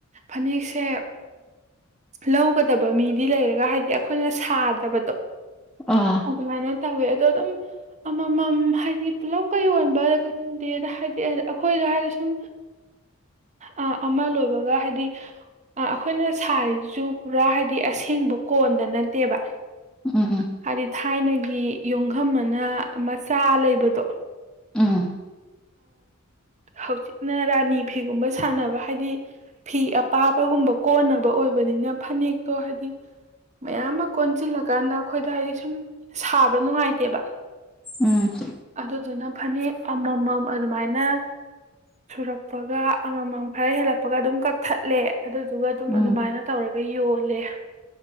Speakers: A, on the right (about 35°); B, in the centre.
A: ꯐꯅꯦꯛꯁꯦ ꯂꯧꯒꯗꯕ ꯃꯤꯗꯤ ꯂꯩꯔꯒ ꯍꯥꯏꯗꯤ ꯑꯩꯈꯣꯏꯅ ꯁꯥꯗꯕꯗꯣ
B: ꯑꯥ
A: ꯑꯗꯨꯃꯥꯏꯅ ꯇꯋꯦ ꯑꯗꯣ ꯑꯗꯨꯝ ꯑꯃꯃꯝ ꯍꯥꯏꯗꯤ ꯄꯨꯂꯞꯀ ꯌꯣꯟꯕꯗꯦꯗ ꯍꯥꯏꯗꯤ ꯑꯩꯈꯣꯏꯗ ꯍꯥꯏꯗꯤ ꯁꯨꯝ ꯑ ꯑꯃ ꯂꯣꯏꯕꯒ ꯍꯥꯏꯗꯤ ꯑꯩꯈꯣꯏꯅ ꯁꯥꯔꯤꯁꯤꯁꯨ ꯄꯨꯔꯥ ꯍꯥꯏꯗꯤ ꯑꯁꯦꯡꯕ ꯀꯣꯟꯗ ꯅꯠꯇꯦꯕ
B: ꯎꯝ ꯎꯝ
A: ꯍꯥꯏꯗꯤ ꯊꯥꯏꯅꯒꯤ ꯌꯣꯡꯈꯝ ꯑꯃꯅ ꯃꯆꯥ ꯂꯩꯕꯗꯣ
B: ꯎꯝ
A: ꯍꯧꯖꯤꯛꯅ ꯔꯥꯅꯤ ꯐꯤꯒꯨꯝꯕ ꯁꯥꯟꯅꯕ ꯍꯥꯏꯗꯤ ꯐꯤ ꯑꯄꯥꯕꯒꯨꯝꯕ ꯀꯣꯟꯅꯕ ꯑꯣꯏꯕꯅꯤꯅ ꯐꯅꯦꯛꯇꯣ ꯍꯥꯏꯗꯤ ꯃꯌꯥꯝ ꯑꯃ ꯀꯣꯟꯁꯤꯜꯂꯀꯥꯟꯗ ꯑꯩꯈꯣꯏꯗ ꯍꯥꯏꯗꯤ ꯁꯨꯝ ꯁꯥꯕ ꯅꯨꯡꯉꯥꯏꯇꯦꯕ
B: ꯎꯝ
A: ꯑꯗꯨꯗꯨꯅ ꯐꯅꯦꯛ ꯑꯝꯃꯝ ꯑꯗꯨꯃꯥꯏꯅ ꯁꯨꯔꯛꯄꯒ ꯑꯝꯃꯝ ꯈꯔ ꯍꯦꯜꯂꯛꯄꯒ ꯑꯗꯨꯝ ꯀꯛꯊꯠꯂꯦ ꯑꯗꯨꯗꯨꯒ ꯑꯗꯨꯝ
B: ꯎꯝ
A: ꯑꯗꯨꯃꯥꯏꯅ ꯇꯧꯔꯒ ꯌꯣꯜꯂꯦ